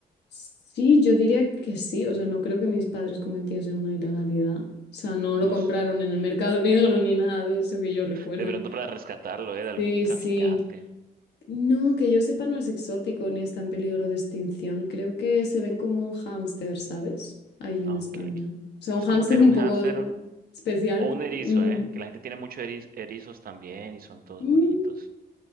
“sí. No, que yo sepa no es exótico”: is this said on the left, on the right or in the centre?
Left